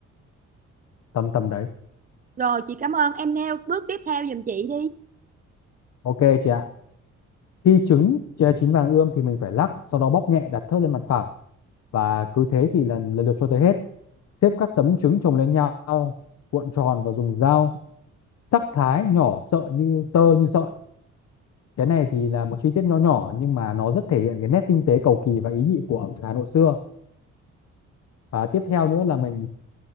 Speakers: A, on the left; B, on the right.
A: tầm tầm đấy
B: Rồi chị cảm ơn em nêu bước tiếp theo giùm chị đi.
A: ok chị ạ khi trứng chế chín vàng ươm thì mình phải lắc sau đó bóp nhẹ đặt thớt lên mặt phẳng và cứ thế thì lần lần lượt cho tới hết xếp các tấm trứng chồng lên nhau cuộn tròn và dùng dao sắc thái nhỏ sợi như tơ như sợi cái này thì là một chi tiết nho nhỏ nhưng mà nó rất thể hiện cái nét tinh tế cầu kỳ và ý nhị của ẩm thực Hà Nội xưa và tiếp theo nữa là mình